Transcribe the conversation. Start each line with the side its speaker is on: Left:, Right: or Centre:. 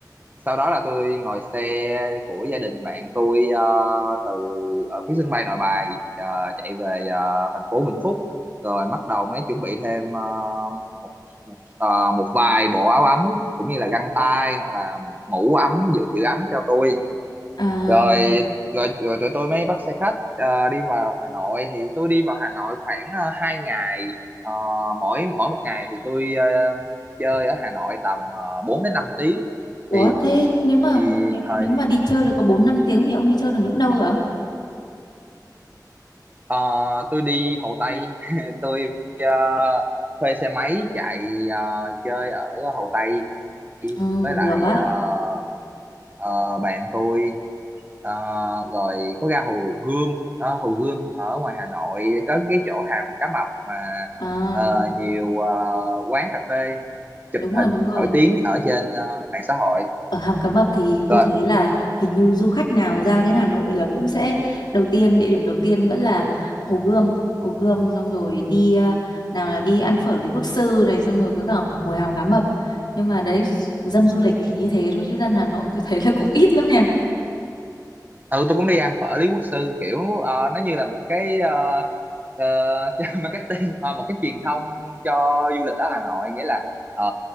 Right: sau đó là tôi ngồi xe của gia đình bạn tôi ờ, từ ở phía sân bay Nội Bài ờ, chạy về ờ, thành phố Vĩnh Phúc rồi bắt đầu mới chuẩn bị thêm ờ, một một, ờ, một vài bộ áo ấm cũng như là găng tay hoặc là mũ ấm giữ giữ ấm cho tôi
Left: À,
Right: rồi rồi rồi tụi tôi mới bắt xe khách ờ, đi vào Hà Nội thì tôi đi vào Hà Nội khoảng uh, 2 ngày Ờ, mỗi mỗi một ngày thì tôi ờ, chơi ở Hà Nội tầm uh, 4 đến năm tiếng
Left: Ủa
Right: thì,
Left: thế nếu mà
Right: thì
Left: nếu,
Right: thời
Left: nếu
Right: điểm
Left: mà đi chơi được có 4 5 tiếng thì ông đi chơi được những đâu rồi? ạ?
Right: ờ, tôi đi Hồ Tây <laughs> tôi ờ, thuê xe máy chạy ờ, chơi ở Hồ Tây
Left: Ừ,
Right: với lại
Left: được á.
Right: ờ, ờ, bạn tôi Ờ, rồi có ra Hồ Gươm ờ, Hồ Gươm ở ngoài Hà Nội có cái chỗ hàm cá mập mà
Left: À,
Right: ờ, nhiều ờ, quán cà phê chụp
Left: đúng rồi,
Right: hình
Left: đúng rồi.
Right: nổi tiếng ở trên ờ, mạng xã hội
Left: Ở Hàm Cá Mập thì tôi
Right: rồi
Left: thấy là hình như du khách nào ra đến Hà Nội là cũng sẽ đầu tiên địa điểm đầu tiên vẫn là Hồ Gươm, Hồ Gươm xong rồi đi à, nào là đi ăn phở Lý Quốc Sư này xong rồi với cả ngồi Hàm Cá Mập. Nhưng mà đấy dân du lịch thì như thế thôi chứ dân Hà Nội tôi thấy là cũng ít lắm nha.
Right: ừ tôi cũng đi ăn phở Lý Quốc Sư kiểu ờ, nó như là một cái ờ, ờ, <laughs> marketing ờ, một cái truyền thông cho du lịch ở Hà Nội nghĩa là ờ,